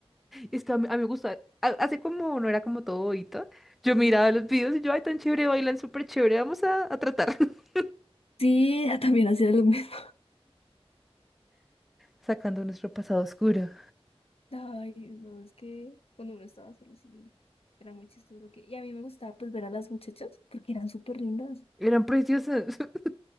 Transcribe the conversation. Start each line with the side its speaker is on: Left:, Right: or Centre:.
Centre: Es que a mí, a mí me gusta, a- así como no era como todo bobita, yo miraba los videos y yo, ay, tan chévere, bailan súper chévere, vamos a, a tratar. <laughs>
Left: Sí, ella también hacía lo mismo.
Centre: Sacando nuestro pasado oscuro.
Left: <laughs> Ay, no, es que cuando uno estaba solo sí, era muy chistoso lo que... Y a mí me gustaba pues ver a las muchachas porque eran súper lindas.
Centre: Eran preciosos, <laughs>